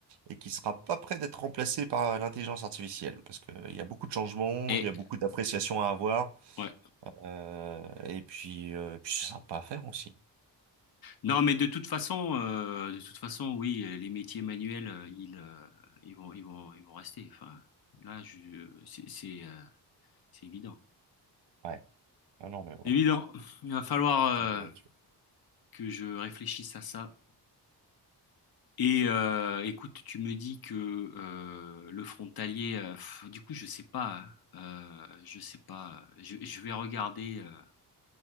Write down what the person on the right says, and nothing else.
et qui sera pas prêt d'être remplacé par l'intelligence artificielle parce que il y a beaucoup de changements,
il y a beaucoup d'appréciations à avoir
euh, et puis euh, et puis c'est sympa à faire aussi.
Ouais. Ah non, mais voilà,
faut...
c'est- bah, tu-